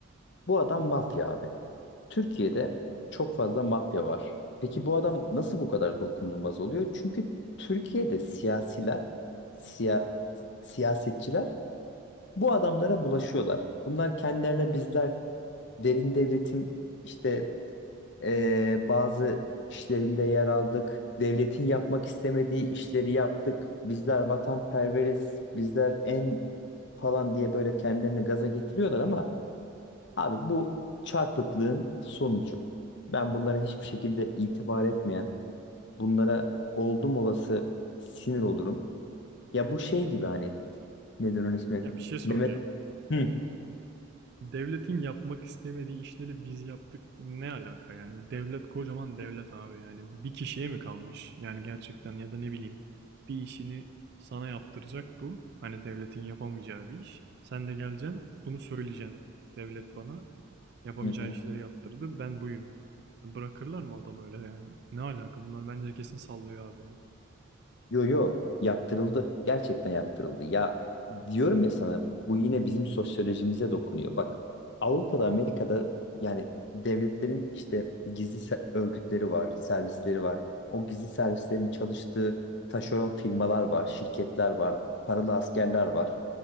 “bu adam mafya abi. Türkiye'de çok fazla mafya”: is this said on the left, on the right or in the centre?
Left